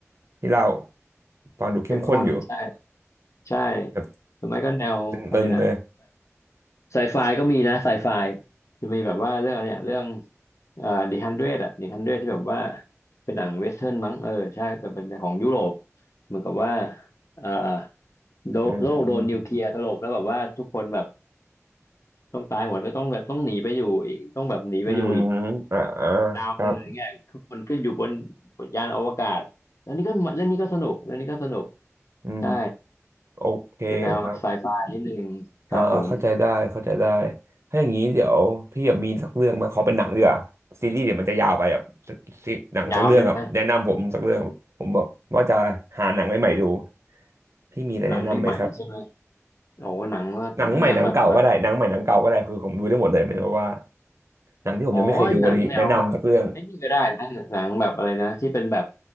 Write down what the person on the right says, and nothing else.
ที่เล่าฟังดูเข้มข้นอยู่
แบบ
ตึงๆเลย
อืมอืม
อืมอ่าอ่า
ครับอืม
โอเคครับ
อ่าเข้าใจได้เข้าใจได้ถ้าอย่างนี้เดี๋ยวพี่แบบมีสักเรื่องมาขอเป็นหนังดีกว่าซีรีส์เดี๋ยวมันจะยาวไปแบบสักซีหนังสักเรื่องครับแนะนำผมสักเรื่องผมแบบว่าจะหาหนังใหม่ๆดู
พี่มีอะไรแนะนำไหมครับ
หนังใหม่หนังเก่าก็ได้หนังใหม่หนังเก่าก็ได้คือผมดูได้หมดเลยหมายถึงว่าหนังที่ผมยังไม่เคยดูอะไรอย่างงี้แนะนำสักเรื่อง